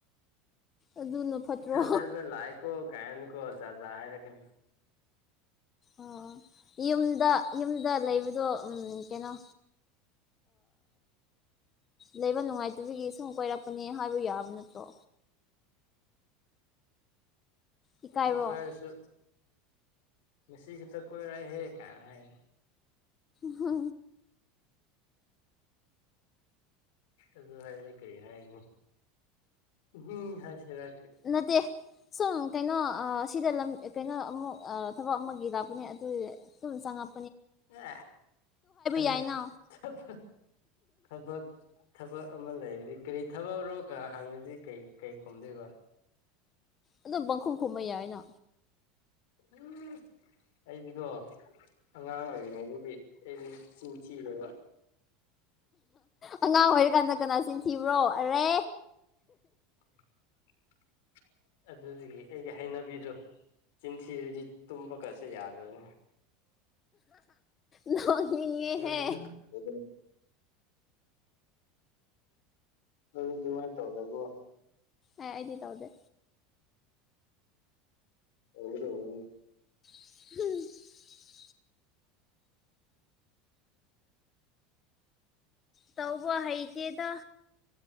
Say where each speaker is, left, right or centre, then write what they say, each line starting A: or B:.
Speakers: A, on the left; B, on the left.
A: ꯑꯗꯨꯅ ꯐꯠꯇ꯭ꯔꯣ
B: ꯏ ꯊ ꯊꯖꯅ ꯂꯥꯏꯀꯣ ꯀꯥꯏꯅ ꯀꯣ ꯌꯥꯖ ꯍꯥꯏꯔ ꯀꯅꯤ
A: ꯑꯣ ꯌꯨꯝꯗ ꯌꯨꯝ ꯑꯗꯨ ꯗ ꯂꯩꯕꯗꯣ ꯀꯩꯅꯣ ꯂꯩꯕ ꯅꯨꯡꯉꯥꯏꯇꯕꯤꯒꯤ ꯁꯨꯝ ꯀꯣꯏꯔꯛꯄꯅꯦ ꯍꯥꯏꯕ ꯌꯥꯕ ꯅꯠꯇ꯭ꯔꯣ ꯏꯀꯥꯏꯔꯣ
B: ꯎꯝ ꯑꯗꯣ ꯍꯥꯏꯁꯨ ꯁꯤꯒꯤꯇ ꯀꯣꯏꯔꯥꯏ ꯍꯦꯛ ꯀ ꯍꯥꯏ
A: ꯍ
B: ꯑꯗꯨ ꯍꯥꯏ ꯂꯩ ꯀꯔꯤ ꯍꯥꯏꯅꯤ ꯎꯝ ꯍꯥꯏꯁꯤꯔ
A: ꯅꯠꯇꯦ ꯁꯣ ꯀꯩꯅꯣ ꯁꯤꯗ ꯂꯝ ꯀꯩꯅꯣ ꯑꯃꯨꯛ ꯊꯕꯛ ꯑꯃꯒꯤ ꯂꯥꯛꯄꯅꯦ ꯑꯗꯨ ꯆꯪꯉꯛ
B: ꯑ ꯊ
A: ꯌꯥꯏꯅ
B: ꯊ ꯊꯕ ꯊꯕꯛ ꯑꯃ ꯂꯩꯔ ꯀꯔꯤ ꯊꯕꯛꯔꯣ ꯀ ꯍꯪꯉꯤꯗꯤ ꯀꯩ ꯀꯩ ꯀꯨꯝꯗꯣꯏꯕ
A: ꯑꯗꯨꯗ ꯈꯨꯝ ꯈꯨꯨꯝꯩꯑ ꯑꯩꯅ
B: ꯎꯝ ꯑꯩꯗꯤꯀꯣ ꯑꯉꯥꯡ ꯑꯣꯏꯔꯤꯉꯩꯗꯨꯗꯤ ꯑꯩꯗꯤ ꯆꯁꯤꯤꯔꯦꯕ
A: ꯑꯉꯥꯡ ꯑꯣꯏꯔꯤꯀꯥꯟꯗ ꯀꯅꯥ ꯆꯤꯟ ꯊꯤꯕ꯭ꯔꯣ ꯑꯔꯦ
B: <unintelligible> ꯑꯗꯨꯒꯤ ꯑꯩꯒꯤ ꯍꯩꯅꯕꯤꯗꯣ ꯆꯤꯟꯁꯤꯔꯗꯤ ꯇꯨꯝꯕ ꯀꯁꯤ ꯌꯥꯗ ꯑꯗꯨ
A: ꯅꯣꯡꯉ
B: ꯅꯪꯗꯤ ꯑꯗꯨ ꯅꯪꯗꯤ ꯑꯗꯨꯃꯥꯏꯅ ꯇꯧꯗꯕ꯭ꯔꯣ
A: ꯑꯦ ꯑꯩꯗꯤ ꯇꯧꯗꯦ
B: ꯇꯧꯒꯗꯧꯕꯅꯦ
A: <inaudible> ꯇꯧꯕ ꯍꯩꯇꯦꯗ